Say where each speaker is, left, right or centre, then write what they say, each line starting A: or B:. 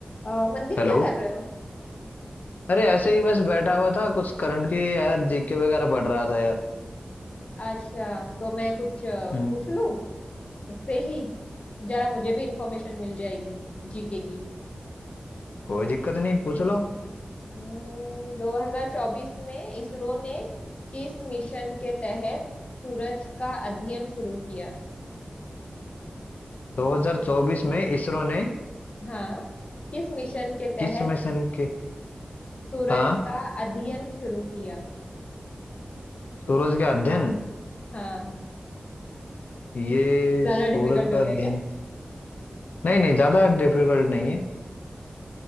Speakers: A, on the left; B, on the left.
A: अ, मंदीप
B: हेलो
A: क्या कर रहे हो
B: अरे ऐसे ही बस बैठा हुआ था कुछ करंट की यार जीके वगैरह पढ़ रहा था यार
A: अच्छा तो मैं कुछ अ,
B: हम्म
A: पूछ लूं उससे ही जरा मुझे भी इंफॉर्मेशन मिल जाएगी जीके की
B: कोई दिक्कत नहीं पूछ लो
A: हम्म, 2024 में इसरो ने किस मिशन के तहत सूरज का अध्ययन शुरू किया
B: 2024 में इसरो ने
A: हाँ किस मिशन के
B: किस
A: तहत
B: मिशन के
A: सूरज
B: हाँ
A: का अध्ययन शुरू किया
B: सूरज का अध्ययन
A: हाँ
B: ये
A: ज्यादा
B: सूरज
A: डिफिकल्ट
B: का
A: हो गया
B: अध्ययन
A: क्या
B: नहीं नहीं ज्यादा डिफिकल्ट नहीं है